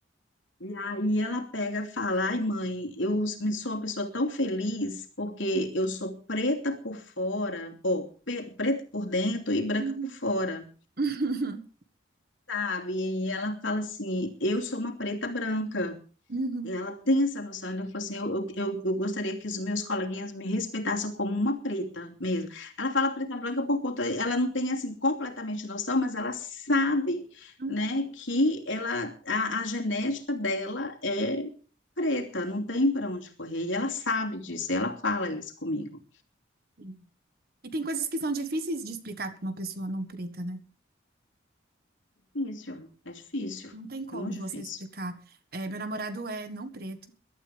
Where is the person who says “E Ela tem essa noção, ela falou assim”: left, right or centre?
Left